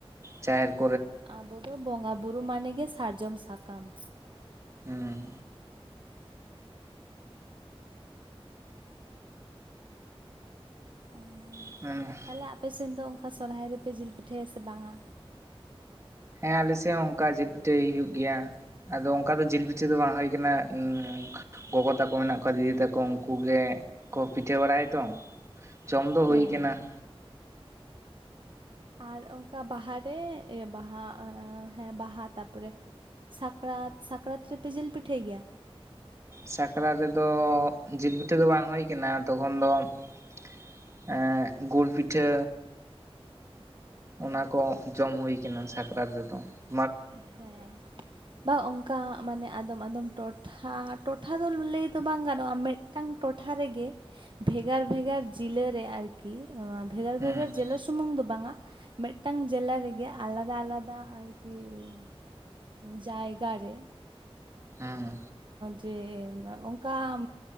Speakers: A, on the right (about 30°); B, on the right (about 50°).
A: ᱪᱟᱨ <unintelligible>
B: ᱟᱵᱚ ᱫᱚ ᱵᱚᱸᱜᱟ ᱵᱩᱨᱩ ᱢᱟᱱᱮᱜᱮ ᱥᱟᱨᱡᱚᱢ ᱥᱟᱠᱟᱢ ᱾
A: ᱦᱮᱸ
B: ᱚᱱᱟᱜᱮ
A: <inaudible>
B: ᱛᱟᱦᱚᱞᱮ ᱟᱯᱮᱥᱮᱱ ᱫᱚ ᱚᱱᱠᱟ ᱥᱚᱨᱦᱟᱭ ᱨᱮᱯᱮ ᱡᱤᱞ ᱯᱤᱴᱷᱟᱹᱭᱟ ᱥᱮ ᱵᱟᱝᱟ?
A: ᱦᱮᱸ ᱟᱞᱮᱥᱮᱱ ᱦᱚᱸ ᱚᱱᱠᱟ ᱡᱤᱞ ᱯᱤᱴᱷᱟᱹᱭ ᱦᱩᱭᱩᱜ ᱜᱮᱭᱟ, ᱟᱫᱚ ᱚᱱᱠᱟ ᱫᱚ ᱡᱤᱞᱼᱼ ᱪᱮᱫ ᱫᱚ ᱵᱟᱝ ᱦᱩᱭ ᱟᱠᱟᱱᱟ <unintelligible> ᱜᱚᱜᱚ ᱛᱟᱠᱚ ᱢᱮᱱᱟᱜ ᱠᱚᱣᱟ ᱫᱤᱫᱤ ᱛᱟᱠᱚ ᱩᱱᱠᱩ ᱜᱮᱼᱼ ᱠᱚ ᱯᱤᱴᱷᱟᱹ ᱵᱟᱲᱟᱭᱟᱭ ᱛᱚ, ᱡᱚᱢ ᱫᱚ
B: ᱡᱚᱢ
A: ᱦᱩᱭ ᱠᱟᱱᱟ ᱾
B: ᱟᱨ ᱚᱱᱠᱟ ᱵᱟᱦᱟᱨᱮ ᱮ ᱵᱟᱦᱟ ᱮ ᱮ ᱦᱮᱸ ᱵᱟᱦᱟ ᱛᱟᱨᱯᱚᱨᱮᱼᱼ ᱥᱟᱠᱨᱟᱛ, ᱥᱟᱠᱨᱟᱛ ᱨᱮᱯᱮ ᱡᱤᱞ ᱯᱤᱴᱷᱟᱹᱭ ᱜᱮᱭᱟ?
A: ᱥᱟᱠᱨᱟᱛ ᱨᱮᱫᱚ ᱡᱤᱞ ᱯᱤᱴᱷᱟᱹ ᱫᱚ ᱵᱟᱝ ᱦᱩᱭ ᱠᱟᱱᱟ, ᱛᱚᱠᱷᱚᱱ ᱫᱚ ᱾ <unintelligible> ᱮᱸᱜ ᱜᱩᱲ ᱯᱤᱴᱷᱟᱹᱼᱼ ᱚᱱᱟ ᱠᱚ ᱡᱚᱢ ᱦᱩᱭ ᱠᱟᱱᱟ ᱥᱟᱠᱨᱟᱛ ᱨᱮᱫᱚ ᱾
B: <unintelligible> ᱦᱮᱸ ᱵᱟ ᱚᱱᱠᱟ ᱢᱟᱱᱮ ᱟᱫᱚᱢ ᱟᱫᱚᱢ ᱴᱚᱴᱷᱟ, ᱴᱚᱴᱷᱟ ᱫᱚ ᱞᱟᱹᱭ ᱫᱚ ᱵᱟᱝ ᱜᱟᱱᱚᱜᱼᱟ ᱢᱤᱫᱼᱼ ᱢᱤᱫᱴᱟᱝ ᱴᱚᱴᱷᱟ ᱨᱮᱜᱮ ᱵᱷᱮᱜᱟᱨ ᱵᱷᱮᱜᱟᱨ ᱡᱤᱞᱟᱹ ᱨᱮ ᱟᱨᱠᱤᱼᱼ ᱟᱨᱠᱤ <unintelligible> ᱵᱷᱮᱜᱟᱨ
A: ᱦᱩᱸ
B: ᱵᱷᱮᱜᱟᱨ
A: ᱦᱩᱸ
B: ᱡᱮᱞᱟ ᱥᱩᱢᱩᱝ ᱫᱚ ᱵᱟᱝᱟᱼᱼ ᱢᱤᱫᱴᱟᱝ ᱡᱮᱞᱟ ᱨᱮᱜᱮ ᱟᱞᱟᱫᱟ ᱟᱞᱟᱫᱟ ᱟᱨᱠᱤ ᱾ ᱡᱟᱭᱜᱟ ᱨᱮ
A: ᱦᱮᱸ
B: ᱡᱮ ᱚᱱᱠᱟᱼᱼ